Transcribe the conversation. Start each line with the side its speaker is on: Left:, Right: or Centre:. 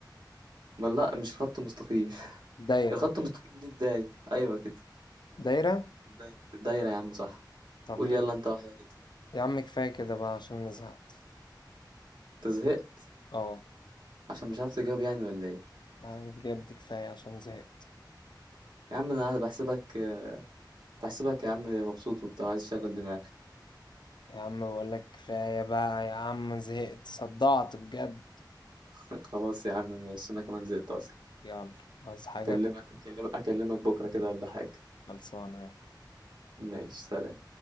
Right: ما لا مش خط مستقيم <laughs>
Left: دايرة
Right: الخط المستقيم ليه بداية أيوة كده
Left: دايرة
Right: الدايرة الدايرة يا عم صح
Left: طب
Right: قول
Left: ما
Right: يلا أنت واحدة كده
Left: يا عم كفاية كده بقى عشان أنا زهقت
Right: أنت زهقت
Left: اه
Right: عشان مش عارف تجاوب يعني ولا إيه
Left: يعني بجد كفاية عشان زهقت
Right: يا عم أنا بحسبك بحسبك يا عم مبسوط وبتاع عايز تشغل دماغك
Left: يا عم بقول لك كفاية بقى يا عم زهقت صدعت بجد
Right: <laughs> خلاص يا عم ماشي أنا كمان زهقت أصلا
Left: يلا عايز حاجة
Right: أكلمك أكلمك أكلمك بكرة كده ولا حاجة
Left: خلصانة يلا
Right: ماشي سلام